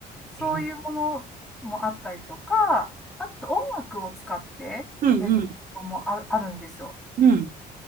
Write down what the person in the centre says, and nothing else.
そういうものもあったりとか、
あと音楽を使ってやるのもあ、
あるんですよ。